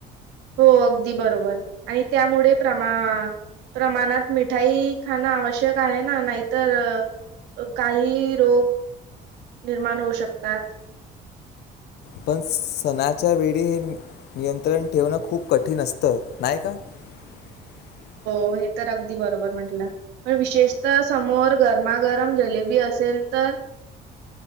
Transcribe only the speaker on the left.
पण सणाच्या वेळी हे नियंत्रण ठेवणं खूप कठीण असतं नाही का? <inaudible>